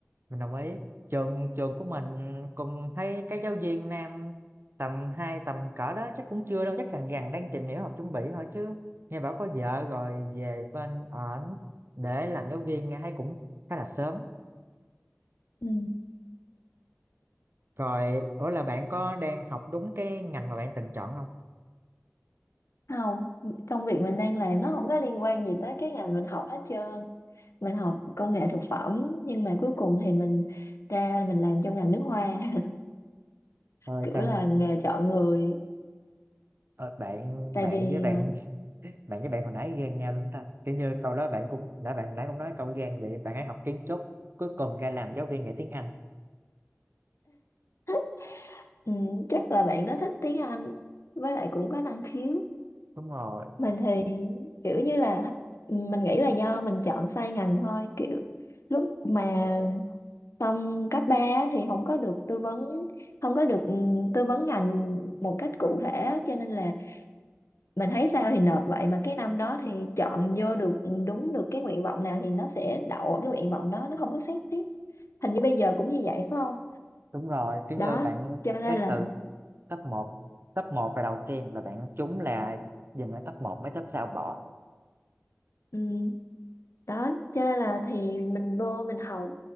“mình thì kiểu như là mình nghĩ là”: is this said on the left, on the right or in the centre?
Left